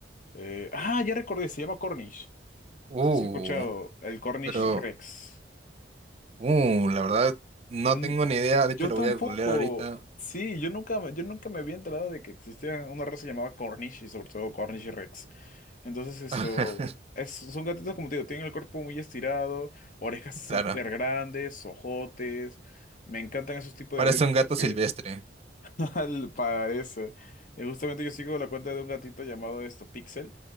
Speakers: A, on the left; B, on the right.
A: eh, ah, ya recordé, se llama Cornish.
B: Uh,
A: No sé si has escuchado, el Cornish
B: pero,
A: Rex.
B: uh, la verdad, no
A: Mm,
B: tengo ni idea,
A: yo
B: de hecho lo
A: tampoco.
B: voy a googlear ahorita.
A: Sí, yo nunca, me- yo nunca me había enterado de que existía una raza llamada Cornish y sobre todo Cornish Rex. Entonces esto,
B: <laughs>
A: es, son gatitos como te digo, tienen el cuerpo muy estirado, orejas súper
B: Claro,
A: grandes, ojotes. Me encantan esos tipos
B: parece
A: de gatitos
B: un gato
A: porque
B: silvestre.
A: <laughs> al parece. Eh, Justamente yo sigo la cuenta de un gatito llamado esto Pixel,